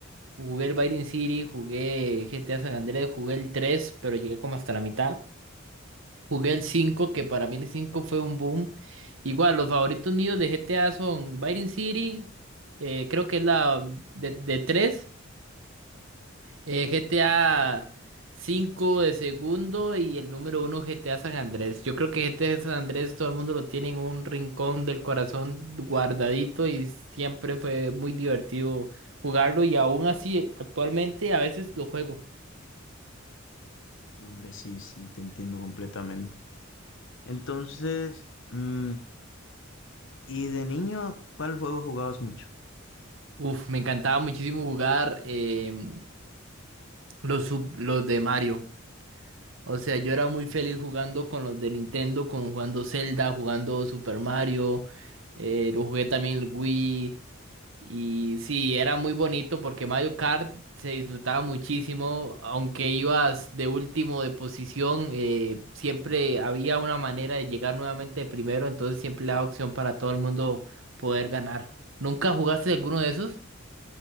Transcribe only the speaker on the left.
No, hombre, sí, sí, te entiendo completamente. Entonces, mm, ¿y de niño cuál juego jugabas mucho?